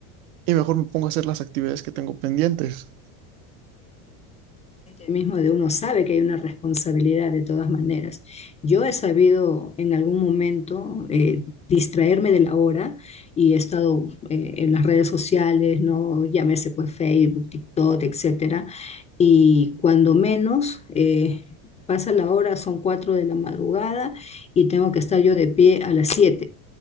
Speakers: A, on the right; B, on the left.
A: y mejor me pongo a hacer las actividades que tengo pendientes.
B: mismo de uno sabe que hay una responsabilidad de todas maneras. Yo he sabido en algún momento eh, distraerme de la hora y he estado eh, en las redes sociales, ¿no? Llámese pues Facebook, TikTok, etcétera. Y cuando menos eh, pasa la hora, son cuatro de la madrugada y tengo que estar yo de pie a las siete.